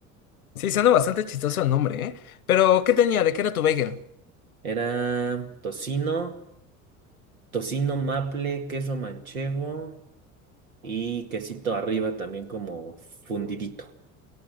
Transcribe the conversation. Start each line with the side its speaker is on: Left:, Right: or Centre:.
Left: Sí, suena bastante chistoso el nombre, ¿eh? Pero ¿qué tenía? ¿De qué era tu bagel?
Right: Era tocino, tocino maple, queso manchego. y quesito arriba también como fundidito.